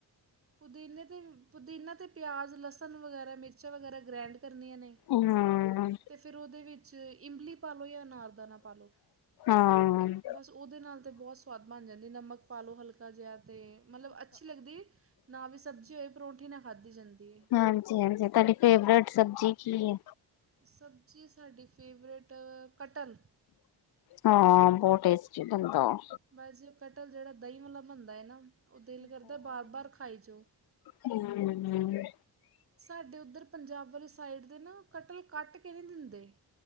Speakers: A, on the right; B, on the left.
A: ਪੁਦੀਨੇ ਦੀ ਈ ਪੁਦੀਨਾ ਤੇ ਪਿਆਜ਼ ਲਸਣ ਵਗੈਰਾ ਮਿਰਚਾਂ ਵਗੈਰਾ ਗ੍ਰੈਂਡ ਕਰਨੀਆਂ ਨੇ
B: ਉਨਾ ਆ
A: ਤੇ ਫਿਰ ਉਹਦੇ ਵਿੱਚ ਇਮਲੀ ਪਾ ਲਓ ਜਾਂ ਅਨਾਰ ਦਾਣਾ ਪਾ ਲਓ
B: ਹਾਂ ਆ
A: ਬਸ ਉਹਦੇ ਨਾਲ ਤੇ ਬਹੁਤ ਸਵਾਦ ਬਣ ਜਾਂਦੀ ਨਮਕ ਪਾ ਲਓ ਹਲਕਾ ਜਿਹਾ ਤੇ ਮਤਲਬ ਅੱਛੀ ਲੱਗਦੀ ਨਾ ਵੀ ਸਬਜ਼ੀ ਹੋਇ ਪਰੌਂਠੀ ਨਾ ਖਾਧੀ ਜਾਂਦੀ ਐ
B: ਹਾਂਜੀ ਹਾਂਜੀ ਤੁਹਾਡੀ ਫੇਵਰੇਟ ਸਬਜ਼ੀ ਕੀ ਹੈ
A: ਸਬਜ਼ੀ ਸਾਡੀ ਫੇਵਰੇਟ ਪਤਾ ਨੀ
B: ਹਾਂ ਬਹੁਤ ਟੇਸਟੀ ਬਣ ਦਾ ਆ
A: ਬਸ ਜੇਰ ਕਟਲ ਜਿਹੜਾ ਦਹੀਂ ਵਾਲਾ ਬਣਦਾ ਨਾ ਉਹ ਦਿਲ ਕਰਦਾ ਵਾਰ ਵਾਰ ਖਾਈ ਜਾਓ
B: ਹੂ ਹੂੰ
A: ਸਾਡੇ ਇੱਧਰ ਪੰਜਾਬ ਵਾਲੀ ਸਾਈਡ ਦੇ ਨਾ ਕਟੀ ਈ ਕੱਟ ਕੇ ਨਹੀਂ ਦਿੰਦੇ ਏ